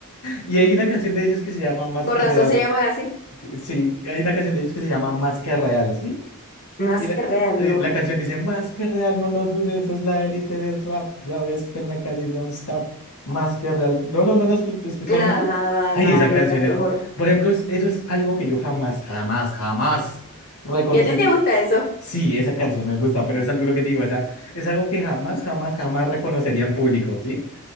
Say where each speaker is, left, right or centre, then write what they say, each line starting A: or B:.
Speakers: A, on the left; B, on the left.
A: Y hay una canción de ellos que se llama Más
B: con
A: que
B: razón
A: Real.
B: se llaman así.
A: que- Sí, hay una canción de ellos que se llama Más que Real, ¿sí?
B: Más
A: Y la,
B: que real,
A: eh,
B: no.
A: la canción dice, Más que Real, no lo dudes, es la élite del rap. Ya ves que en la calle don't stop, Más que Real. ¿No, lo no la has escuchado
B: Nada,
A: nunca?
B: nada, nada,
A: Ay,
B: nada,
A: esa
B: nunca
A: canción
B: te
A: es,
B: lo juro.
A: por ejemplo, es- eso es algo que yo jamás, jamás, jamás reconocería
B: ¿Y a ti te gusta eso? <laughs>
A: Sí, esa canción me gusta, pero es algo lo que te digo, o sea, es algo que jamás, jamás, jamás reconocería en público, ¿sí?